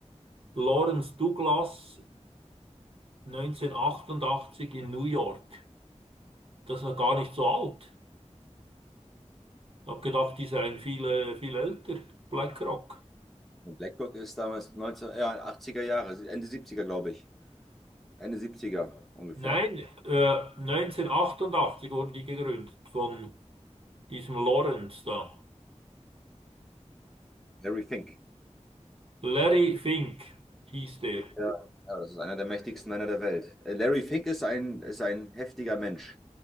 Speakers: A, on the right; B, in the centre.
A: Lawrence Douglas 1988 in New York. Das ist noch gar nicht so alt. Ich habe gedacht, die seien viele, viel älter. BlackRock.
B: BlackRock ist damals 19, ja, 80er Jahre, Ende 70er, glaube ich. Ende 70er ungefähr.
A: Nein, äh, 1988 wurden die gegründet von diesem Lawrence da.
B: Larry Fink.
A: Larry Fink hieß der.
B: Ja, ja, das ist einer der mächtigsten Männer der Welt. Äh, Larry Fink ist ein, ist ein heftiger Mensch.